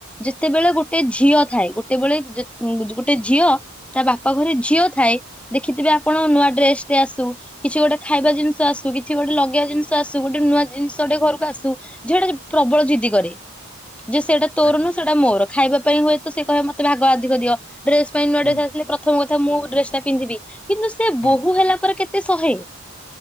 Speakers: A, in the centre; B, on the left (about 65°).
A: ଯେତେବେଳେ ଗୋଟେ ଝିଅ ଥାଏ ଗୋଟେବେଳେ ଗୋଟେ ଝିଅ ତା ବାପା ଘରେ ଝିଅ ଥାଏ ଦେଖିଥିବେ ଆପଣ ନୂଆ ଡ୍ରେସଟେ ଆସୁ କିଛି ଗୋଟେ ଖାଇବା ଜିନିଷ ଆସୁ କିଛି ଗୋଟେ ଲଗେଇବା ଜିନିଷ ଆସୁ ଗୋଟେ ନୂଆ ଜିନିଷ ଗୋଟେ ଘରକୁ ଆସୁ ଝିଅଟା ପ୍ରବଳ ଜିଦ୍ଧି କରେ ଯେ ସେଇଟା ତୋର
B: ଆଜ୍ଞା
A: ନୁହେଁ ସେଇଟା ମୋର ଖାଇବା ପାଇଁ ହୁଏ ତ ସେ କହିବ ମତେ ଭାଗ ଅଧିକ ଦିଅ ଡ୍ରେସ ପାଇଁ ନୂଆ
B: ହୁଁ
A: ଡ୍ରେସ ଆସିଲେ ପ୍ରଥମ କଥା ମୁଁ ଡ୍ରେସ ଟା ପିନ୍ଧିବି କିନ୍ତୁ ସେ
B: ହୁଁ
A: ବୋହୁ ହେଲା ପରେ କେତେ ସେ ସହେ